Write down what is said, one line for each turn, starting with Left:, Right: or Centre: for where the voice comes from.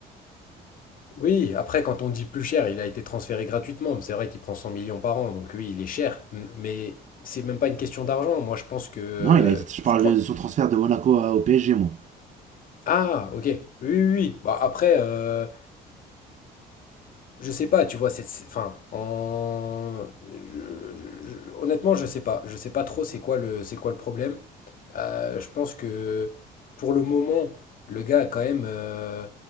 Left: Oui, après, quand on dit plus cher, il a été transféré gratuitement. mais C'est vrai qu'il prend 100 millions par an, donc oui, il est cher. M- Mais c'est même pas une question d'argent. Moi, je pense que,
Right: Non, il a été- je
Left: je
Right: parle
Left: crois.
Right: de son transfert de Monaco à- au PSG moi.
Left: Ah, ok. Oui, oui, oui. Bah après. euh, Je sais pas, tu vois, c'est, c'est- enfin, en- je- je- je- honnêtement, je sais pas, je sais pas trop c'est quoi le, c'est quoi le problème. Euh, je pense que pour le moment, le gars a quand même, euh,